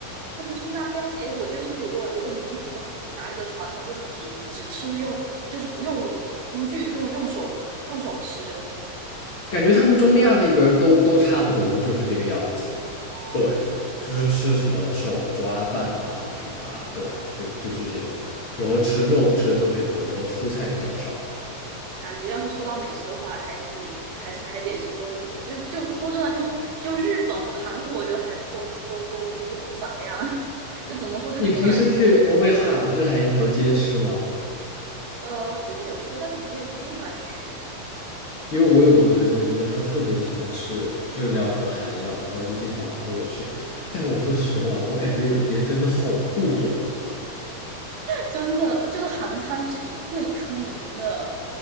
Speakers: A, on the right; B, on the left.
A: 是不是那边？哎，我记得是不是有个有个民族还是哪里的传统，就是只只吃用，就是不用工具，用用手用手吃。
B: 感觉他们中亚那边儿都都差不多，就是这个样子，
A: 哦，
B: 对，就是吃什么手抓饭啊什么啊，对啊，就就是这种，然后吃肉吃的特别多，然后蔬菜比较少。
A: 感觉要是说到美食的话，还是还是还得是中国。就是就说真的，就就日本和韩国，我觉得还都都都都不咋样。<laughs> 就怎么说，就真的
B: 你平时去欧贝哈日韩一条街吃吗？
A: 呃，之前有去过，但是没有说经常去。
B: 因为我有个朋友，就是他特别喜欢吃日料和韩料，然后就经常拉着我去。但我说实话，我感觉有一些真的好贵呀、
A: 真的就是韩餐就是以贵出名的，